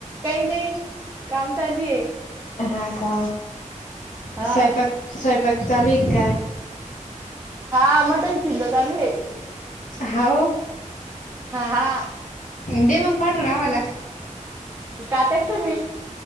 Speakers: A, on the right; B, on the left.
A: काही नाही काम चालूये
B: हा का
A: हा.
B: स्वयंपाक स्वयंपाक चालू एक काय
A: हा मटन चिल्ल चालू आहे
B: होव
A: ह हा.
B: देवांग पाठव आम्हाला.
A: कात तुम्ही <unintelligible>